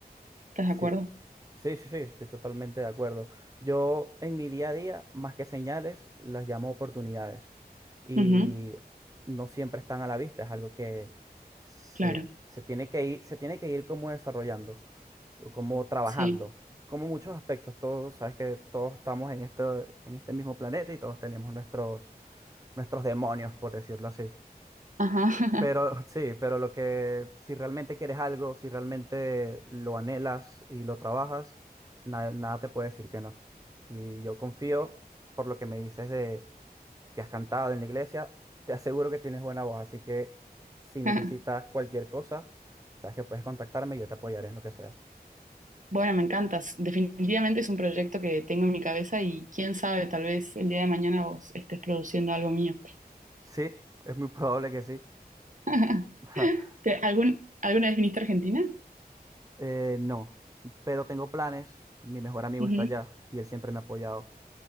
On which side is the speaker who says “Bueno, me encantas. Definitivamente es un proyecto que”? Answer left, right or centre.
Right